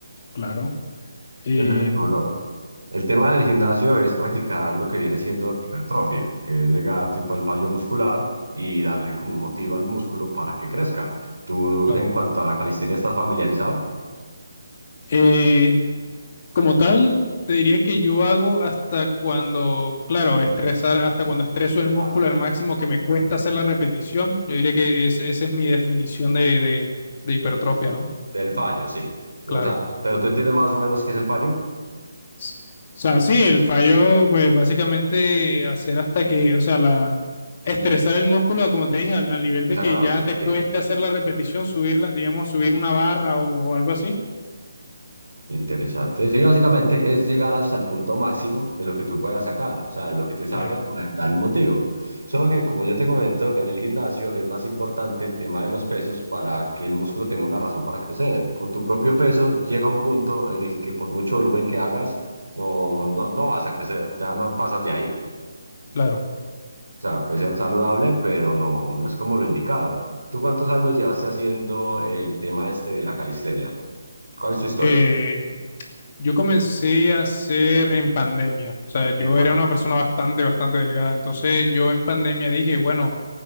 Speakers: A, on the left; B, on the right.
A: Claro. Eh,
B: Pues le digo, bro. El tema del gimnasio es practicar lo que viene siendo hipertrofia, que es llegar tipo al fallo muscular y darle como un motivo al músculo para que crezca. ¿Tú
A: Claro.
B: en cuanto a la calistenia estás familiarizado?
A: eh, Como tal, te diría que yo hago hasta cuando, claro, estresar, hasta cuando estreso el
B: Claro.
A: músculo al máximo que me cuesta hacer la repetición. Yo diría que es- esa es mi definición de, de, de hipertrofia, ¿no?
B: Del fallo, sí. O
A: Claro.
B: sea, pero tú entiendes más o menos qué es el fallo,
A: S- O sea, sí, el fallo, pues básicamente hacer hasta que, o sea, la, estresar el músculo, como te dije, al, al nivel
B: que
A: de
B: se
A: que
B: haga la
A: ya
B: última,
A: te
B: sí.
A: cueste hacer la repetición, subirla, digamos, subir una barra o, o algo así.
B: Interesante. Sí, básicamente es llegar hasta el punto máximo de lo que tú puedas sacar, o sea, de lo que te salga,
A: Claro,
B: dar un motivo. Solo que, como yo te comento, en el gimnasio es más importante el tema de los pesos para que el músculo tenga una razón para crecer. Con tu propio peso llega un punto en el que por mucho volumen que hagas, no, no, no vas a crecer, ya no pasas de ahí. O
A: claro.
B: sea, puede ser saludable, pero no, no es como lo indicado. ¿Tú cuántos años llevaste haciendo el tema este de la calistenia? ¿Cuál es tu historia
A: Eh, Yo comencé a hacer en pandemia, o sea, yo
B: en pandemia?
A: era una persona bastante, bastante delgada, entonces yo en pandemia dije, bueno,